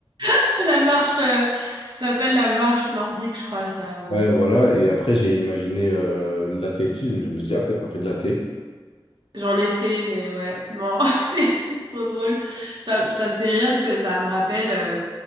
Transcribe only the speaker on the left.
ouais voilà, et après j'ai imaginé euh, l'athlétisme, je me suis dit, ah peut-être elle fait de l'athlé.